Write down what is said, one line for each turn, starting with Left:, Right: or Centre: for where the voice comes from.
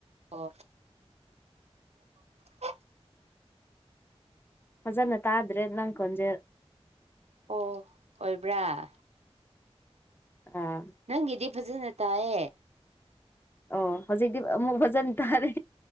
Right: ꯑꯣ <inaudible>
Left: ꯐꯖꯅ ꯇꯥꯗ꯭ꯔꯦ ꯅꯪ ꯈꯣꯟꯖꯦꯟ
Right: ꯑꯣ ꯑꯣꯏꯕ꯭ꯔꯥ
Left: ꯑꯥ
Right: ꯅꯪꯒꯤꯗꯤ ꯐꯖꯅ ꯇꯥꯏꯌꯦ
Left: ꯑꯣ ꯍꯧꯖꯤꯛꯇꯤ ꯑꯃꯨꯛ ꯐꯖꯅ ꯇꯥꯔꯦ